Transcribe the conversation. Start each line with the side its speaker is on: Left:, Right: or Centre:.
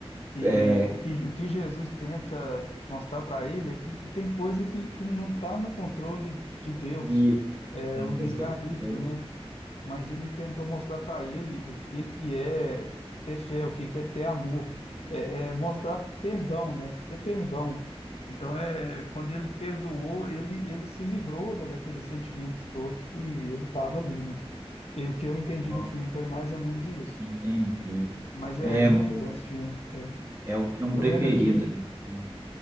Left: E
Right: é
Left: o que o que Jesus tenta mostrar para ele é que, que tem coisa que que não está no controle de Deus,
Right: isso.
Left: é
Right: Tem
Left: o livre-arbítrio,
Right: coisa que eu quero,
Left: né? mas ele tentou mostrar para ele o que que é ter fé, o que que é ter amor, é, é mostrar perdão, né? Ter perdão. Então é quando ele perdoou, ele ele se livrou da, daqueles sentimentos todos que ele estava ali, né? E o que eu entendi
Right: ó,
Left: do filme foi mais ou menos isso.
Right: entendi.
Left: Mas
Right: É,
Left: é é muito
Right: mo-
Left: bom esse filme. É.
Right: é o filme
Left: Tô
Right: preferido
Left: vendo aqui.
Right: da minha esposa.